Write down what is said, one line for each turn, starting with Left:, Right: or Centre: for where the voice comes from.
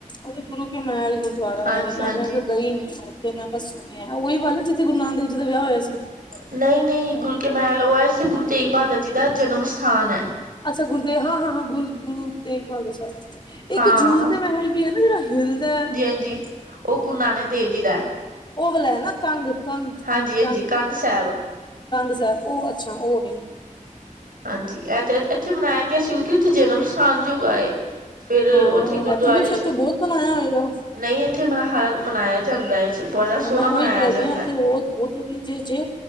Left: ਅਰੇ ਗੁਰੂ ਕੇ ਮਹਲ ਗੁਰਦੁਆਰਾ,
Right: ਹਾਂਜੀ-ਹਾਂਜੀ
Left: ਮੈਂ ਨਾ ਗਈ ਨੀ ਸੀ। ਤੇ ਮੈਂ ਬਸ ਸੁਣਿਆ, ਉਹੀ ਵਲ ਜਿੱਥੇ ਗੁਰੂ ਨਾਨਕਦੇਵ ਜੀ ਦਾ ਵਿਆਹ ਹੋਇਆ ਸੀ।
Right: ਨਹੀਂ, ਨਹੀਂ ਗੁਰ ਕੇ ਮਹਿਲ ਉਹ ਹੈ ਜਿੱਥੇ ਗੁਰੂ ਤੇਗ ਬਹਾਦਰ ਜੀ ਦਾ ਜਨਮ ਸਥਾਨ ਹੈ।
Left: ਅੱਛਾ ਗੁਰੂਦੇਵ ਹਾਂ, ਹਾਂ, ਹਾਂ ਗੁਰੂ ਗੁਰੂਤੇਗਬਹਾਦਰ ਸਾਹਿਬ ਜੀ। ਇੱਕ
Right: ਹਾਂ
Left: ਝੂਲ ਦੇ ਮਹਿਲ ਵੀ ਹੈ ਨਾ, ਜਿਹੜਾ ਹਿਲਦਾ।
Right: ਹਾਂਜੀ। ਉਹ ਗੁਰੂ ਨਾਨਕ ਦੇਵ ਜੀ ਦਾ।
Left: ਉਹ ਵਾਲਾ ਹੈ ਨਾ ਕੰਧ, ਕੰਧ,
Right: ਹਾਂਜੀ-ਹਾਂਜੀ
Left: ਕੰਧ।
Right: ਸਾਹਿਬ
Left: ਕੰਧ ਸਾਹਿਬ ਉਹ ਅੱਛਾ ਉਹਵੇ।
Right: ਹਾਂਜੀ ਇਹ ਤੇ ਇੱਥੇ ਮਨਾਇਆ ਗਿਆ ਸੀ। ਕਿਉਂਕਿ ਇੱਥੇ ਜਨਮ ਸਥਾਨ ਜੋ ਹੈਗਾ ਏ। ਫਿਰ
Left: ਹਾਂ
Right: ਉੱਥੇ ਗੁਰਦੁਆਰੇ
Left: ਇੱਥੇ ਵੀ ਫਿਰ
Right: ਚ
Left: ਤਾਂ ਬਹੁਤ ਬਣਾਇਆ ਹੋਏਗਾ
Right: ਨਹੀਂ ਇੱਥੇ ਮਨਾਹ ਮਨਾਇਆ ਜਾਂਦਾ ਇਸ ਬੜਾ ਸੋਹਣਾ
Left: ਹਾਂ ਮੈਂ ਉਹੀ
Right: ਮਨਾਇਆ
Left: ਕਹਿ ਰਹੀ
Right: ਜਾਂਦਾ
Left: ਹਾਂ ਇੱਥੇ
Right: ਏ।
Left: ਉਹ ਬਹੁਤ ਵਧੀਆ ਜੇ ਜੇ।